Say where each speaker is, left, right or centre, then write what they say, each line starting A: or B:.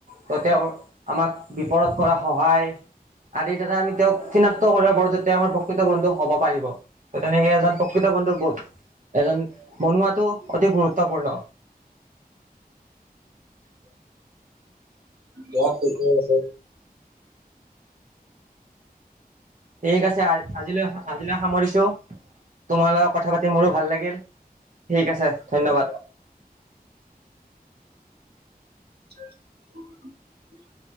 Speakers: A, on the right; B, on the right.
A: ত' তেওঁৰ? আমাক বিপদত কৰা সহায় আদিৰ দা আমি তেওঁক চিনাক্ত কৰিব পাৰো যে তেওঁ আমাৰ প্ৰকৃত বন্ধু হব পাৰিব। তেনে সেই এজন প্ৰকৃত বন্ধু এজন বনোৱাাতটো অতি গুৰুত্বপূৰ্ণ।
B: ক পিকনিছে
A: ঠিক আছে আজিলৈ আজিলৈ সামৰিছো তোমাৰ লগত কথা পাতি মোৰো
B: দিয়া
A: ভাল লাগিল ঠিক আছে ধন্যবাদ।
B: দিয়া দিয়া <inaudible>